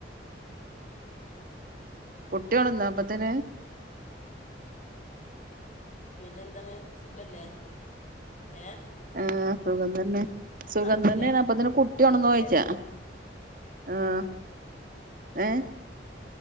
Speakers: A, on the right; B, on the left.
A: കുട്ടിഓണന്നോ അപ്പത്തിന്
B: പിന്നെ എന്താണ് സുഖല്ലേ ഏഹ്
A: ആഹ് സുഖംതന്നെ സുഖംതന്നെ
B: തണുപ്പില്ലേ
A: അപ്പത്തിന് കുട്ടിഓണന്നോ
B: തണുപ്പില്ലേ
A: ചോയിച്ചാ ആഹ് ഏഹ്